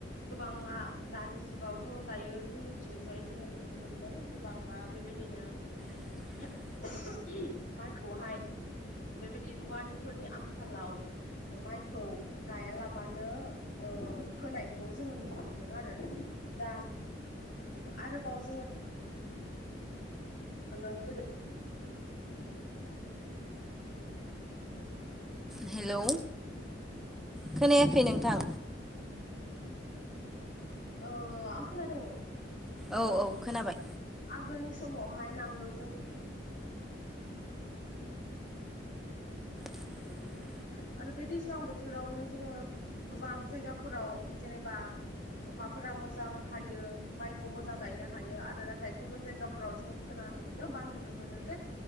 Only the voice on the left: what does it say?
गोबाङा दानि जुगावथ' दायो जोंनिथिंजाय जोङो नुनो मोनदों गोबाङा बेबायदिनो
<unintelligible> माइखौहाय बेबायदि रुवानिफोरनि आंखालाव माइखौ गायालाब बानो ओ फोनायखौ जोङो नुनो मोनदों आरो दा आरोबाव जोङो नों गोदै
अ आं खोनादों
आगोलनि समावहाय नांगोलजों
नुनो मोनो आरो बे दैज्लां बोथोरावनो जोङो गोबां जायगाफोराव जेनेबा अखाफोरा मोजां हायो माइखौ मोजां गायनो हायो आरो नाथाय गुबुन जायगाफोराव जोङो खोनानो मो मोनो बा नुनो मोनो जे